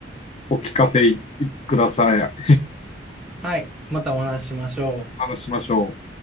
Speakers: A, on the left; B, in the centre.
A: お聞かせください。
B: はい。またお話ししましょう。
A: 話しましょう。